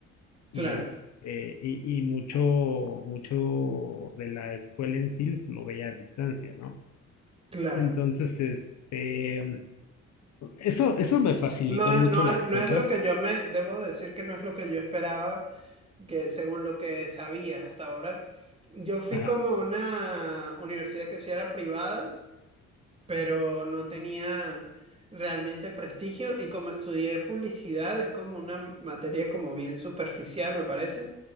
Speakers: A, on the right; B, on the left.
A: claro,
B: y este, y, y mucho, mucho de la escuela en sí lo veía a distancia, ¿no?
A: claro.
B: Entonces, este, eso, eso me facilitó
A: No,
B: mucho
A: no,
B: las
A: es- no
B: cosas.
A: es lo que yo me, debo decir que no es lo que yo esperaba, que según lo que sabía hasta ahora. Yo fui
B: Ajá,
A: como a una universidad que sí era privada, pero no tenía realmente prestigio y como estudié publicidad es como una materia como bien superficial, me parece.